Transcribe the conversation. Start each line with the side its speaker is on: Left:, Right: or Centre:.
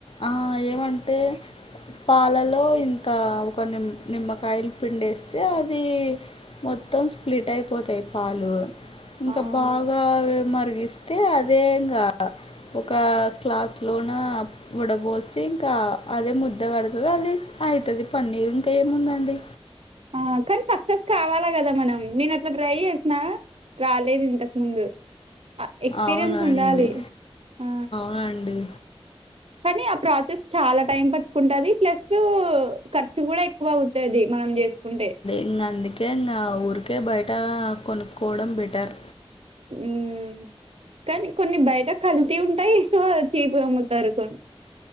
Left: ఆ ఏమంటే పాలలో ఇంత ఒక నిమ్ నిమ్మకాయలు పిండేస్తే అది మొత్తం స్ప్లిట్ అయిపోతాయి పాలు ఇంక
Right: అవును
Left: బాగా మరిగిస్ అయితే అదే ఇంగా ఒక క్లాత్లోన వడబోసి ఇంకా అదే ముద్ద కడుతుంది అదే అయితది పన్నీర్ ఇంకా ఏముందండి
Right: ఆ కానీ సక్సెస్ కావాలా గదా మనం నేను అట్లా ట్రై చేసిన రాలేదు ఇంతకు ముందు ఆ ఎక్స్పీరియన్స్
Left: అవునండి
Right: ఉండాలి ఆ
Left: ఆ అండి
Right: కానీ ఆ ప్రాసెస్ చాలా టైం పట్టుకుంటది ప్లస్ ఖర్చు గూడా ఎక్కువ అవుతది మనం చేసుకుంటే
Left: ఇంగా అందుకే ఇంగా ఊరికే బయట కొనుక్కోవడం బెటర్
Right: మ్ కానీ కొన్ని బయట కల్తి ఉంటాయి సో చీపు అమ్ముతారు కొన్ని